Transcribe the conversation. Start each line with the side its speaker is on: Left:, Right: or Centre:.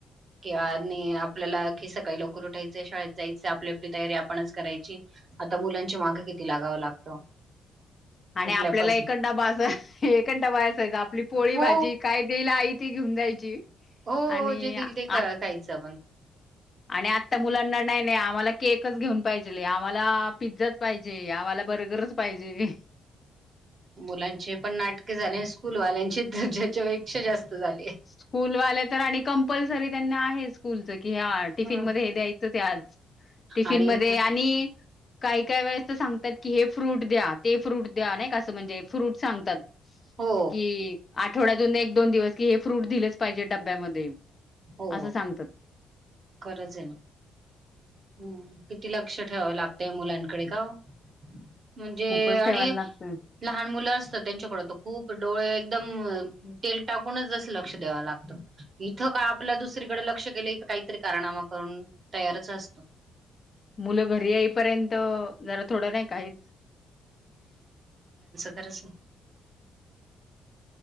Right: किं आणि आपल्याला कि सकाळी लवकर उठायचाय, शाळेत जायचं, आपली-आपली तयारी आपणच करायची. आता मुलांची मागे किती लागावं लागतं.
Left: <inaudible> आणि
Right: उठल्यापासून.
Left: आपल्याला एकच डाबा असायचा, एकडाबा असायचा आपली पोळी
Right: हो,
Left: भाजी काय देईल आई. ती घेऊन जायची.
Right: हो,
Left: आणि
Right: जे दिल ते
Left: आ
Right: ख खायचं आपण.
Left: आणि आत्ता मुलांना नाही-नाही आ. आम्हाला केकच घेऊन पाहिजे, आम्हाला पिझ्झाच पाहिजे, आम्हाला बर्गरच पाहिजे.
Right: मुलांचे पण नाटके झाले, स्कूलवाल्यांची त्याच्यापेक्षा जास्त. झाले.
Left: स्कूलवाले तर आणि कंपल्सरी त्यांना आहे स्कूलच. कि हा टिफिन
Right: हं
Left: मध्ये हे द्यायचं ते आज, टिफिन
Right: आणि
Left: मध्ये आणि काही काय वेळेस तर सांगतात की हे, फ्रूट द्या, ते फ्रूट द्या, नाही का असं म्हणजे फ्रूट सांगतात.
Right: हो,
Left: कि आठवड्यातून एक-दोन दिवस कि हे फ्रूट दिलेच पाहिजे डब्यामध्ये.
Right: हो,
Left: असं सांगतात.
Right: खरंच आहे ना. हम. किती लक्ष ठेवावं लागतंय मुलांकडे का ओ. म्हणजे
Left: खूपच
Right: आणि
Left: ठेवायला लागतं.
Right: लहान मुलं असत त्यांच्याकड तर खूप डोळे एकदम तेल टाकूनच जस लक्ष द्याव लागतं, इथं काय आपल्या दुसरीकडे लक्ष दिलं. काहीतरी कारणामा करून तयारच असतो.
Left: मुलं घरी येईपर्यंत जरा थोडं नाही काहीच.
Right: खरच.